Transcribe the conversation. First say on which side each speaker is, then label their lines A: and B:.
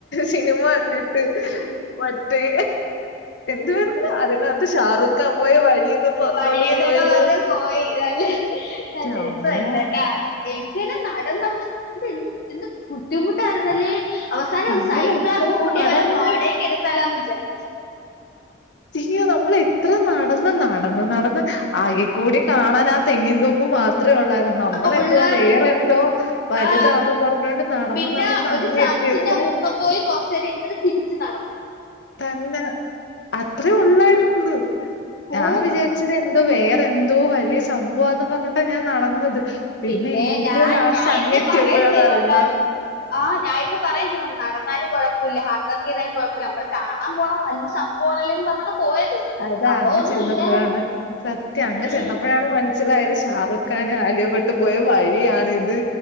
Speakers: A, on the left; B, on the left.
A: സിനിമ കണ്ടിട്ട് മറ്റേ എന്തുവായ്ര്ന്ന് അതിനകത്ത് ഷാറൂഖാം പോയ വഴിയൊക്കെ പർഞ്ഞോണ്ട്
B: വഴിയെന്നൊക്കെ
A: പോയത്
B: പറഞ്ഞ് പോയി നല്ലെ നല്ലെ
A: ന്റമ്മോ
B: രെസായ്രുന്നേട്ടാ എ പിനെ നടന്നങ്ങ് ഇത് എന്തു എന്ത് ബുദ്ധിമുട്ടായ്ര്ന്നല്ലേ അവസാനം
A: നമ്മളെത്ര
B: സൈക്കിളോ, സ്കൂട്ടിയോ
A: നടന്ന്
B: വല്ലോം വാടക്ക് എടുത്താലോന്ന് വിചാരിച്ച്.
A: ധിയോ നമ്മൾ എത്ര നടന്ന് നടന്ന് നടന്ന് ആ കൂടി കാണാൻ ആ തെങ്ങിൻതോപ്പ് മാത്ര ഒള്ളായിരുന്നു നമ്മളെന്തുവാ
B: ആ, ഉള്ളായിരുന്നു
A: വേറെന്തോ വല്താന്നും
B: ആ
A: പർഞ്ഞോണ്ട് നടന്ന്
B: പിന്നെ
A: നടന്ന് അങ്ങ്
B: ഒരു ചർച്ചിന്റെ
A: എത്തിയപ്പം
B: മുമ്പ് പോയി കൊറച്ചേരം ഇര്ന്ന്ട്ട് തിരിച്ച് നട
A: തന്നെ അത്രെ ഒള്ളായ്ര്ന്നു ഞാൻ
B: ഓ
A: വിചാര്ച്ച് ത്തിതെന്തോ വേറെന്തോ വല്യ സംഭവാന്നും പർഞ്ഞാേണ്ടാ ഞാൻ നടന്നത് പിന്നെ
B: പിന്നേ
A: ഏറ്റവും
B: ഞാ
A: ലാസ്റ്റ്
B: ഞാ
A: അങ്ങെത്തിയപ്പഴാണ്
B: ഇര്ന്ന് പറയും ചെയ്യ്ന്നുണ്ടാ
A: അറിയുന്ന
B: ആഹ് ഞാ ഇര്ന്ന് പറയും ചെയ്തു നടന്നാലും കൊഴപ്പുല്ല ഹാർഡ് വർക്കെയ്താലും കൊഴ പ്പല നമ്മള് കാണാം പോണ വല്യ സംഭവാണല്ലോന്നും പർഞ്ഞാണ് പോയത്
A: അതാ
B: സംഭവം
A: അങ്ങ്
B: ഒന്നും
A: ചെന്നപ്പഴാണ്
B: ഇല്ലായിരുന്നു
A: സത്യം അങ്ങ്
B: ഉം,
A: ചെന്നപ്പഴാണ് മൻസ്സിലായത് ഷാറൂഖാനും ആലിയാ ഭ പോയ വഴിയാണിത്